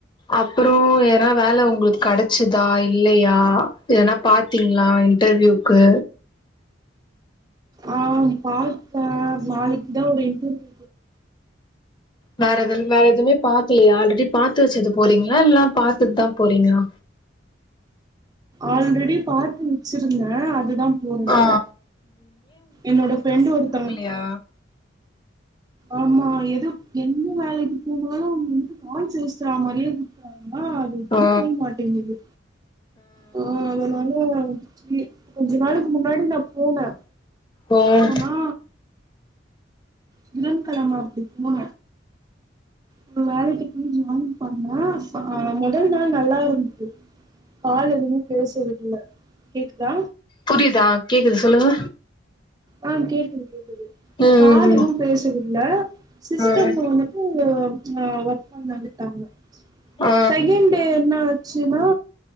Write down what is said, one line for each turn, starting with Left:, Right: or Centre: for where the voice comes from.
Left: அப்றோம் ஏன்னா வேலை உங்களுக்கு கெடச்சுதா இல்லையா ஏதனா பா பாத்தீங்களா இன்டர்வியூக்கு
Right: ஆ பாத்தே நாளைக்கு தா ஒரு இன்டர்வியூ
Left: வேற எத வேற எதுவுமே பாக்லயா ஆல்ரெடி பாத்து வச்சுட்டு போறீங்ளா இல்லாம பாத்ததுதா போறீங்ளா
Right: ஆல்ரெடி பாத்து வச்சுருந்தேன் அதுதா போறே இப்ப
Left: ஆ
Right: என்னோட ஃப்ரெண்டு ஒருத்தவங்
Left: யா
Right: ஆமா எது எந்த வேலைக்கு போனாலு அவங்க வந்துட்டு கால் பேசுற மாரியே குடுத்தாங்ளா எப்டி
Left: ஆ
Right: போய் மாட்டேங்குது ஆ அதனால கி கொஞ்ச நாளுக்கு முன்னாடி நா போனே
Left: ஓ
Right: போனா புதன்கெழம அப்டி போன அப்றோ வேலைக்கி போய் ஜாயின் பண்ணே அ முதல் நாள் நல்லா இருந்தது கால் எதுவுமே பேச விட்ல கேக்குதா
Left: புரியுதா கேக்குது சொல்லுங்க
Right: ஆ கேக்குது கேக்குது
Left: ம்
Right: கால் எதுவு பேச விட்ல சிஸ்டம்ல
Left: ம்
Right: வந்துட்டு டு ஆ ஒர்க் கு தந்துட்டாங்க
Left: ஆ
Right: செகண்ட் டே என்ன ஆச்சினா